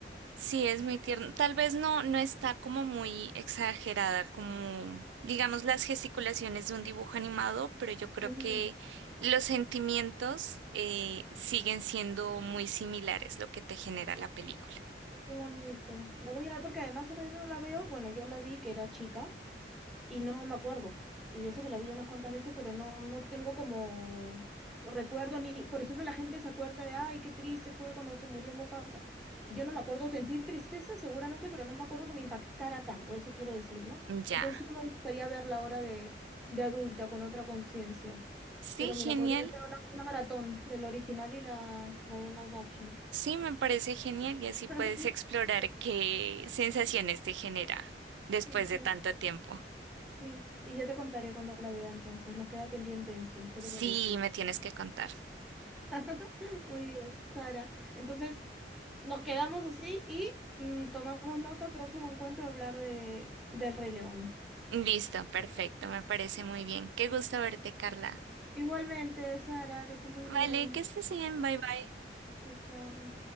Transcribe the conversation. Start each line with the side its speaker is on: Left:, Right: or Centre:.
Right: Sí, es muy tierno. Tal vez no, no está como muy exagerada, como digamos las gesticulaciones de un dibujo animado, pero yo creo
Centre: Ujú,
Right: que los sentimientos eh, siguen siendo muy similares lo que te genera la película.
Centre: Qué bonito. La voy a ver porque además el reino no la veo, bueno, yo la vi que era chica, y no me acuerdo. Y eso que la vi unas cuantas veces, pero no, no tengo como recuerdo ni, por ejemplo, la gente se acuerda de, ay, qué triste fue cuando se murió Mufasa. Y yo no me acuerdo sentir tristeza seguramente, pero no me acuerdo que me impactara tanto, eso quiero decir, ¿no?
Right: Ya.
Centre: Entonces sí que me gustaría verla ahora de, de adulta, con otra conciencia.
Right: Sí,
Centre: Pero
Right: genial.
Centre: mira, podría ser una, una maratón del original y la, la de live action.
Right: Sí, me parece genial y así puedes
Centre: <laughs>
Right: explorar qué sensaciones te genera después
Centre: Sí, sí,
Right: de tanto tiempo.
Centre: sí. Y yo te contaré cuando la vea entonces. Nos queda pendiente eso. ¿Qué
Right: Sí,
Centre: te parece?
Right: me tienes que contar.
Centre: <laughs> Muy bien, Sara. Entonces, nos quedamos así y mm, tomamos nota, próximo encuentro, hablar de, del Rey León.
Right: Listo, perfecto, me parece muy bien. Qué gusto verte, Carla.
Centre: Igualmente, Sara, que esté muy
Right: Vale,
Centre: bien.
Right: que estés bien, bye bye.
Centre: Chao, chao.